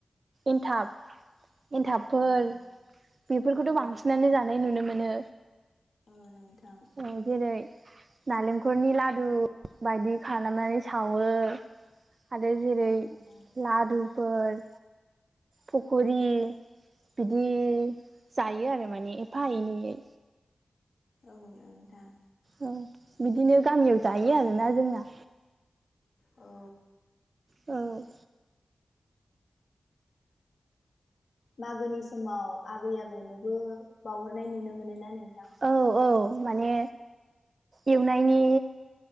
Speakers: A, on the right; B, on the left.
A: एन्थाब एन्थाबफोर
B: औ
A: बेफोरखौथ'
B: औ
A: बांसिनानो जानाय नुनो मोनो।
B: औ नोंथां।
A: औ जेरै। नारेंखलनि लादु बायदि खालामनानै सावो आरो जेरै
B: औ नोंथां
A: लदुफोर फखरि बिदि जायो आरो माने एफा एनैयै
B: ओं नोंथां।
A: औ बिदिनो गामियाव जायो आरोना जोंना।
B: औ।
A: औ।
B: मागोनि समाव आबै आबौनोबो बावहरनाय नुनो मोनो ना नोंथां।
A: औ औ माने एवनायनि।